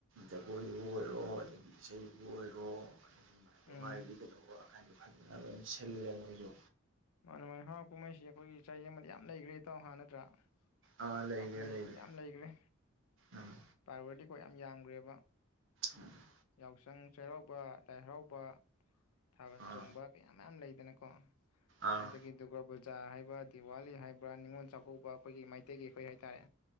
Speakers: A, on the right; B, on the left.
A: ꯖꯒꯣꯏꯕꯨ ꯑꯣꯏꯔꯣ ꯑꯗꯒꯤ ꯏꯁꯩꯕꯨ ꯑꯣꯏꯔꯣ ꯃꯥꯏꯕꯥ
B: ꯎꯝ
A: ꯃꯥꯥꯏꯕꯤ ꯀꯩꯗꯧꯕꯥ ꯍꯥꯏꯗꯤ ꯐꯖꯅꯕ ꯁꯤꯜꯂꯦ ꯃꯣꯏꯁꯨ
B: ꯃꯥꯅꯦ ꯃꯥ ꯍꯔꯥꯎ ꯀꯨꯝꯍꯩꯁꯤ ꯑꯩꯈꯣꯏꯒꯤ ꯆꯍꯤ ꯑꯃꯗ ꯌꯥꯝ ꯂꯩꯈ꯭ꯔꯦ ꯏꯇꯥꯎ ꯍꯥ ꯅꯠꯇ꯭ꯔꯥ
A: ꯑꯥ ꯂꯩꯔꯦ
B: ꯍꯔꯥꯎ ꯀꯨꯝꯍꯩꯁꯤ
A: ꯂꯩꯔꯦ
B: ꯌꯥꯝ ꯂꯩꯒꯔꯦ
A: ꯎꯝ
B: ꯄꯋꯔꯗꯤ ꯑꯩꯈꯣꯏ ꯌꯥꯝ ꯌꯥꯝꯈ꯭ꯔꯦꯕ
A: ꯎꯝ
B: ꯌꯥꯎꯁꯪ ꯆꯩꯔꯥꯎꯕ ꯂꯥꯏ ꯍꯔꯥꯎꯕ ꯊꯥꯕꯜ
A: ꯑꯥ
B: ꯆꯣꯡꯕ ꯀꯌꯥ ꯃꯌꯥꯝ ꯂꯩꯗꯅ ꯑꯥ
A: ꯑꯥ
B: ꯑꯗꯒꯤ ꯗꯨꯔꯒꯥ ꯄꯨꯖꯥ ꯆꯥ ꯍꯥꯏꯕ ꯗꯤꯋꯥꯂꯤ ꯍꯥꯏꯕ꯭ꯔꯥ ꯅꯤꯡꯉꯣꯜ ꯆꯥꯛꯀꯧꯕ ꯑꯩꯈꯣꯏꯒꯤ ꯃꯩꯇꯩꯒꯤ ꯑꯩꯈꯣꯏ ꯍꯥꯏꯇꯥꯔꯦ